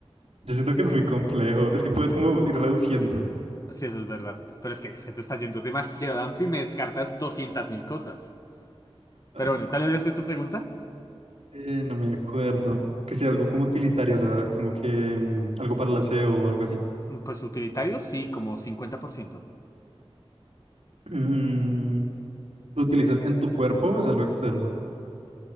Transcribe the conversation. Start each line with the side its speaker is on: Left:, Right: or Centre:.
Right: Yo siento que es muy complejo. Es que puedes como ir reduciendo.
Left: Sí, eso es verdad. Pero es que, es que te estás yendo demasiado amplio y me descartas doscientas mil cosas.
Right: <laughs>
Left: Pero bueno, ¿cuál había sido tu pregunta?
Right: Eh, no me acuerdo. Que sea algo como utilitario, o sea, como que mm, algo para el aseo o algo así.
Left: Mm, Pues utilitario, sí, como 50%.
Right: Mm, ¿lo utilizas en tu cuerpo o es algo externo?